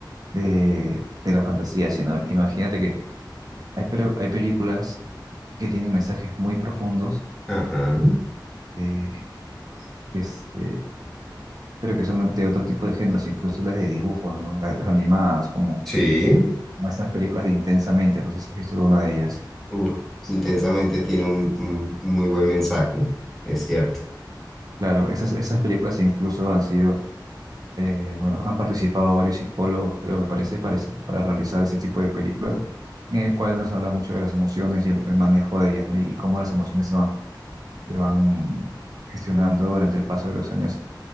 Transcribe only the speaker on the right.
de, de la fantasía, sino imagínate que hay, pero hay películas que tienen mensajes muy profundos,
eh, este, pero que son de otro tipo de géneros, incluso las de dibujos, ¿no? Las, las animadas, como,
como estas películas de Intensamente, no sé si has visto alguna de ellas.
Claro, esas, esas películas incluso han sido Eh, bueno, han participado varios psicólogos, creo, me parece, parece, para realizar ese tipo de películas, en el cual nos habla mucho de las emociones y el, el manejo de ellas, ¿no? Y, y cómo las emociones se van, se van gestionando durante el paso de los años,